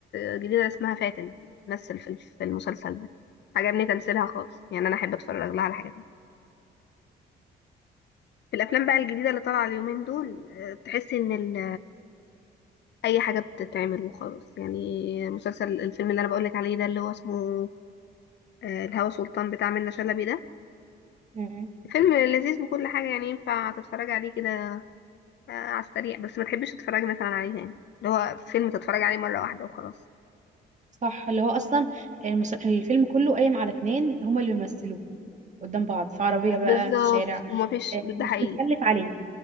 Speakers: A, on the left; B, on the right.
A: آه، جديدة اسمها فاتن بتمثل في في المسلسل ده عجبني تمثيلها خالص يعني أنا أحب أتفرج لها على حاجة تانية في الأفلام بقى الجديدة اللي طالعة اليومين دول آه، تحس إن ال... أي حاجة بتتعمل وخلاص يعني مسلسل الفيلم اللي أنا بقولك عليه ده اللي هو اسمه آه، الهوى سلطان بتاع منة شلبي ده
B: امم
A: فيلم لذيذ وكل حاجة يعني ينفع تتفرج عليه كده آه، على السريع بس ما تحبش تتفرج مثلا عليه تاني اللي هو فيلم تتفرج عليه مرة واحدة وخلاص
B: صح اللي هو اصلا المس... الفيلم كله قايم على اتنين هما اللي بيمثلوا قدام بعض في عربية بقى
A: بالظبط
B: في الشارع
A: ومفيش
B: آه،
A: ده حقيقي
B: مش متكلف عليه